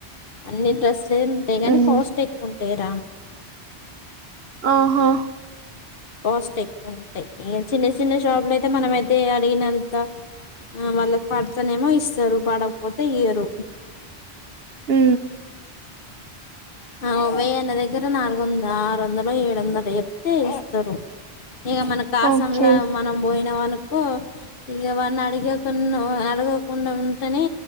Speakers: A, on the left; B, on the right.
A: అన్ని డస్లులే ఉంటాయి కాని
B: ఉమ్.
A: కాస్ట్ ఎక్కువ ఉంటాయి రా
B: ఆహా
A: కాస్ట్ ఎక్కువ ఉంటాయి చిన్న చిన్న షాపులు అయితే మన అయితే అడిగినంత వాళ్ళకి పడతనేమో ఇస్తారు పడకపోతే ఇయ్యరు
B: మ్
A: ఆ ఉమయ్ అన్న దగ్గర నాలుగు వంద ఆరు వందలు ఏడు వందలు చెప్తే ఇస్తరు ఇక మనక్ దాసాం
B: ఓకే.
A: లా మనం పోయి అనుకో ఇక వాన్ని అడగెకున్నా అడగకుండా ఉంటేనే